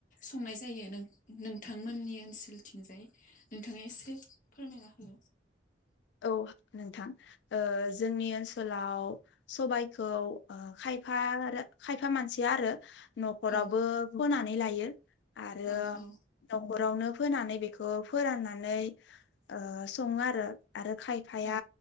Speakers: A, on the left; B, on the left.
A: संनाय जायो नों-नोंथांमोननि ओनसोलथिंजाय नोंथाङा एसे फोरमायना हो।
B: औ नोंथां। ओ जोंनि ओनसोलाव सबाइखौ खायफा रो खायफा मानसिया आरो नखरावबो
A: औ
B: फोनानै लायो आरो
A: औ औ
B: नखरावनो फोनानै बेखौ फोराननानै ओ सङो आरो आरो खायफाया
A: औ